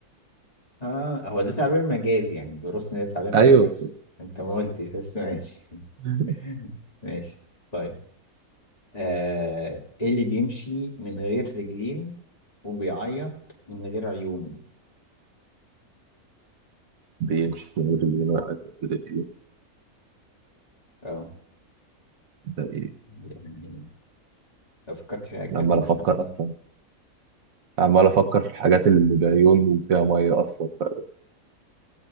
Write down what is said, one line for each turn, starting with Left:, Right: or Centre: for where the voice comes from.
Left: اه هو ده تعبير مجازي يعني بيرص ان ده تعبير مجازي
Right: أيوه
Left: انت ما قلتش بس ماشي
Right: <laughs>
Left: <laughs> ماشي طيب آه ايه اللي بيمشي من غير رجلين وبيعيط من غير عيون
Right: بيمشي من غير اليمين عارف من غير اليمين
Left: اه
Right: ده إيه
Left: يعني لو فكرت فيها هتجيبها
Right: أنا عمال أفكر
Left: ان شاء الله
Right: أصلا عمال افكر في الحاجات اللي بعيون وفيها ميه اصلا ف...